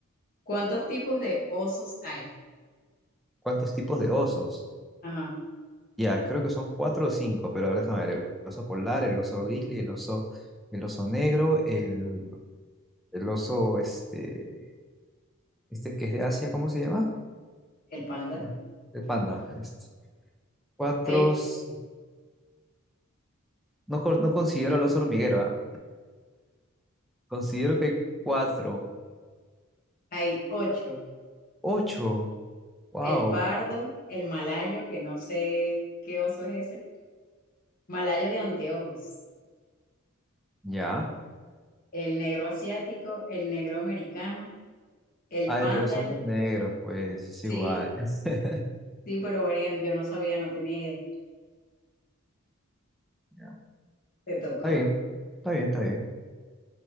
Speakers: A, on the left; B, in the centre.
A: ¿Cuántos tipos de osos hay?
B: ¿Cuántos tipos de osos?
A: Ajá,
B: Ya, creo que son cuatro o cinco, pero a ver, déjame ver. El oso polar, el oso grizzly, el oso, el oso negro, el, el oso este, este que es de Asia, ¿cómo se llama?
A: el panda.
B: Eh, El panda. Este. Cuatro.
A: Hay,
B: s- No, co- no considero al oso hormiguero, ¿ah? Considero que hay cuatro.
A: hay ocho.
B: Ocho. Wow.
A: El pardo, el malayo, que no sé qué oso es ese. Malayo de anteojos.
B: Ya.
A: El negro asiático, el negro americano, el
B: Ay,
A: panda,
B: pero son
A: el-
B: dos negros, pues es
A: sí,
B: igual. <laughs>
A: sí, pero varían, yo no sabía, no tenía idea.
B: Ya.
A: Te toca,
B: Está bien, está bien, está bien.